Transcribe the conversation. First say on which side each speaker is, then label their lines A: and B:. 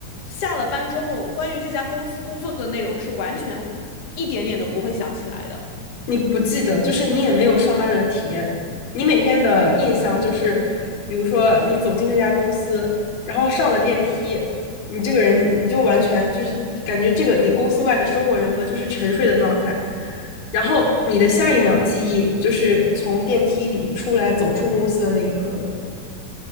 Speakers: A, on the left; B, on the left.
A: 下了班之后，关于这家公司工作的内容是完全一点点都不会想起来的。
B: 你不记得，就是你也没有上班的体验。你每天的印象就是，比如说你走进这家公司，然后上了电梯，你这个人你就完全就是感觉这个你公司外的生活人格就是沉睡的状态，然后你的下一秒记忆就是从电梯里出来走出公司的那一刻了。